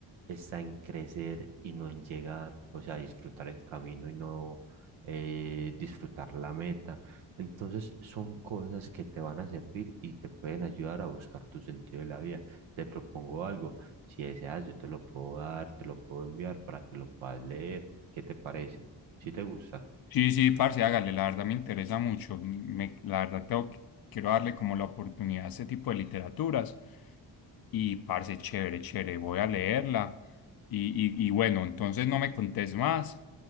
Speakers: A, on the right; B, on the left.
A: está en crecer y no en llegar, o sea, disfrutar el camino y no eh, disfrutar la meta. Entonces son cosas que te van a servir y te pueden ayudar a buscar tu sentido de la vida. Te propongo algo, si deseas yo te lo puedo dar, te lo puedo enviar para que lo puedas leer. ¿Qué te parece? Si te gusta,
B: Sí, sí, parce, hágale, la verdad me interesa mucho. Me, la verdad tengo que- quiero darle como la oportunidad a este tipo de literaturas. Y parce, chévere, chévere, voy a leerla. Y, y, y bueno, entonces no me contés más